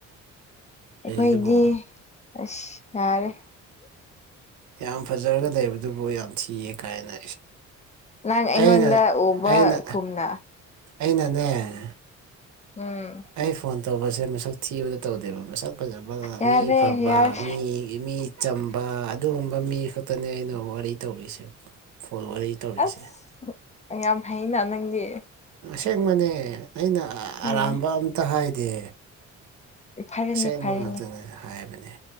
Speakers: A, on the left; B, on the right.
A: ꯑꯩꯈꯣꯏꯗꯤ
B: ꯑꯗꯨꯕꯨ
A: ꯑꯁ ꯌꯥꯔꯦ
B: ꯌꯥꯝ ꯐꯖꯔꯒ ꯂꯩꯕꯗꯨꯕꯨ ꯌꯥꯝ ꯊꯤꯌꯦ ꯀꯥꯏꯅ
A: ꯅꯪ ꯑꯩꯉꯣꯟꯗ
B: ꯑꯩꯅ
A: ꯎꯕ
B: ꯑꯩꯅ
A: ꯀꯨꯝꯅ
B: ꯑꯩꯅꯅꯦ
A: ꯎꯝ
B: ꯑꯩ ꯐꯣꯟ ꯇꯧꯕꯁꯦ ꯃꯁꯛ ꯊꯤꯕꯗ ꯇꯧꯗꯦꯕ ꯃꯁꯛ ꯐꯖꯕꯒ
A: ꯌꯥꯔꯦ
B: ꯃꯤ ꯐꯕ
A: ꯌꯥꯔꯦ
B: ꯃꯤ ꯃꯤ ꯆꯝꯕ ꯑꯗꯨꯒꯨꯝꯕ ꯃꯤ ꯈꯛꯇꯅꯦ ꯑꯩꯅ ꯋꯥꯔꯤ ꯇꯧꯔꯤꯁꯦ ꯐꯣꯟ ꯋꯥꯔꯤ ꯇꯧꯔꯤꯁꯦ
A: ꯑꯁ ꯌꯥꯝ ꯍꯩꯅ ꯅꯪꯗꯤ
B: ꯑꯁꯦꯡꯕꯅꯦ ꯑꯩꯅ
A: ꯍꯣꯏꯅꯦ
B: ꯑꯔꯥꯟꯕ ꯑꯝꯇ ꯍꯥꯏꯗꯦ
A: ꯐꯔꯦꯅꯦ
B: ꯑꯁꯦꯡꯕ
A: ꯐꯔꯦꯅꯦ
B: ꯉꯥꯛꯇꯅ ꯍꯥꯏꯕꯅꯤ